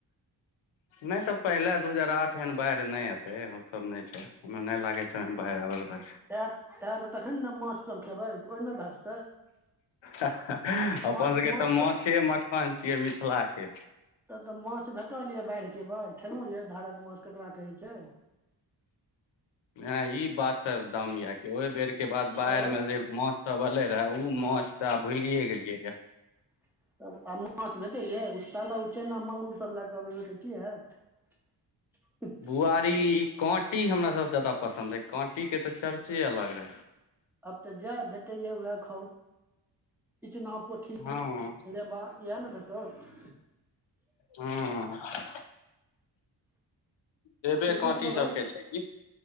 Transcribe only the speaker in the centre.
एत एह तखन ने माछ सब खेबै ओहिना भाए सकै
माछ
माछ
तब त माछ भेटल य बाढ़ के बाद खेलो ये धारक माछ ककरा कहै छैय।
तब
<inaudible> तब आ माछ भेटै यै उस्ताला उ चाना मांगुर सब लए कऽ अबैयौ तऽ की हैत। <unintelligible>
आब तऽ जैह भेटैया वैह खाउ इचना पोठी
रेवा। ईहे न <unintelligible>
क्रिकेटमे
भइ